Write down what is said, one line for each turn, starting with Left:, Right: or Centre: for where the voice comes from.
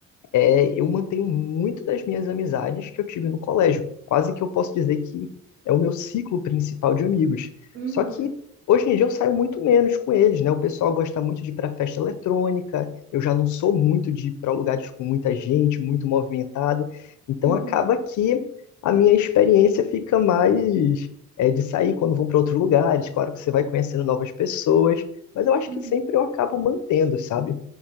Left: é, eu mantenho muito das minhas amizades que eu tive no colégio. Quase que eu posso dizer que é o meu ciclo principal de amigos.
Right: Uhum.
Left: Só que hoje em dia eu saio muito menos com eles, né? O pessoal gosta muito de ir para festa eletrônica, eu já não sou muito de ir para lugares com muita gente, muito movimentado. Então
Right: Uhum.
Left: acaba que a minha experiência fica mais é, de sair quando vão para outros lugares. Claro que você vai conhecendo novas pessoas, mas eu acho
Right: Uhum.
Left: que sempre eu acabo mantendo, sabe?